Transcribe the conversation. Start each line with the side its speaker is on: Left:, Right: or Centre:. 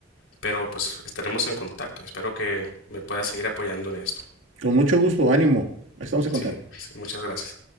Left: Pero pues estaremos en contacto. Espero que me puedas seguir apoyando en esto.
Right: Con mucho gusto, ánimo. Estamos en contacto.
Left: Sí, sí, muchas gracias.